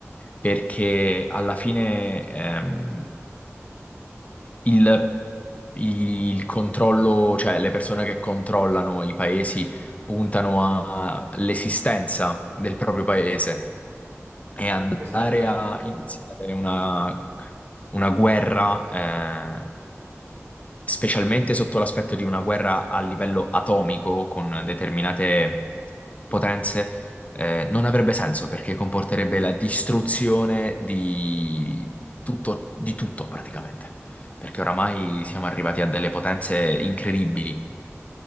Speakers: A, on the left (about 30°); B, on the right (about 65°).
A: perché alla fine, ehm, il, il controllo, cioè le persone che controllano i paesi puntano all'esistenza del proprio paese, e andare
B: Questo è vero,
A: a iniziare una, una guerra, eh, specialmente sotto l'aspetto di una guerra a livello atomico con determinate potenze, eh, non avrebbe senso perché comporterebbe la distruzione di tutto, di tutto praticamente. Perché oramai siamo arrivati a delle potenze incredibili.